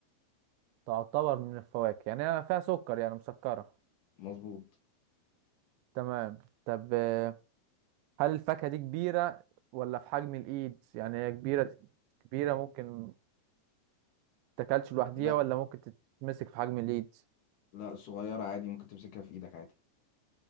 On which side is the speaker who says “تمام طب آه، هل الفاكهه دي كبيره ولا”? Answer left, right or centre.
Right